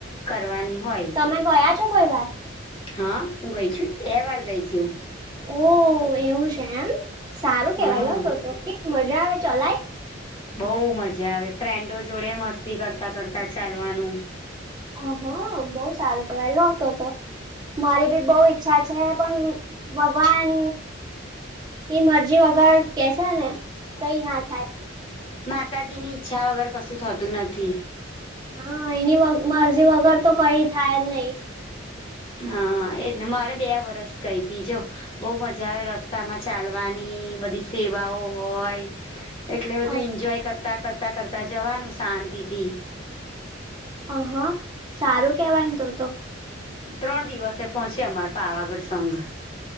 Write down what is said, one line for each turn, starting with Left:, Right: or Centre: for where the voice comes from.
Left: કરવાની હોય.
Right: તમે ગયા છો કોઈ વાર
Left: હા હું ગઈ છું એ વાર ગઈ છું
Right: ઓહ એવું છે એમ સારું કેવાયલો
Left: હમ
Right: હતું તો કે મજા આવે ચલાય
Left: બહુ મજા આવે ફ્રેન્ડો જોડે મસ્તી કરતા કરતા ચાલવાનું
Right: અહા બહુ સારો તવા એલો હતો હતો મારી બી બહુ ઈચ્છા છે પણ ભગવાન ની મરજી વગર કે છે ને કઈ ના થાય
Left: માતાજી ની ઈચ્છા વગર કશું થતું નથી.
Right: હા એની મરજી વગર તો કઈ થાય જ નહી
Left: હા એજ ને મારે બે વરસ ગઈ ત જો બહ મજા આવે રસ્તામાં ચાલવાની બધી સેવાઓ હોય. એટલે બધું
Right: અચ્છા
Left: એન્જોય કરતાં કરતાં કરતાં જવાનું શાંતિથી
Right: અ હા સારું કેવાયને તો તો
Left: ત્રણ દિવસે એ પહોંચે અમાર પાવાગઢ સંઘ